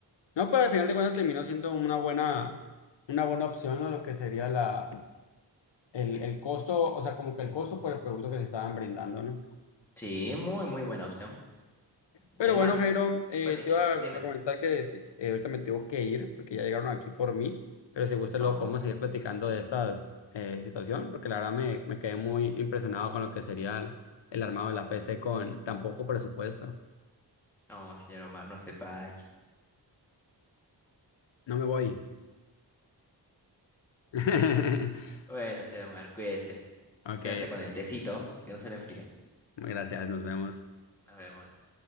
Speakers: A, on the left (about 80°); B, in the centre.
A: No, pero al final de cuentas terminó siendo una buena, una buena opción, ¿no? Lo que sería la, el, el costo, o sea, como que el costo por el producto que se estaban brindando, ¿no?
B: Sí, muy, muy buena opción.
A: Pero
B: Y más,
A: bueno, Jairo, eh,
B: fue mítico.
A: te iba
B: Dime.
A: a comentar que si- eh, ahorita me tengo que ir porque ya llegaron aquí por mí, pero si gusta luego
B: No,
A: podemos seguir platicando de estas eh, situación, porque la verdad me, me quedé muy impresionado con lo que sería el, el armado de la PC con tan poco presupuesto.
B: no, señor Omar, no se vaya.
A: No me voy. <laughs>
B: Bueno, señor Omar, cuídese.
A: Ok,
B: Suerte con el tecito, que no se le enfríe.
A: gracias, nos vemos.
B: Nos vemos.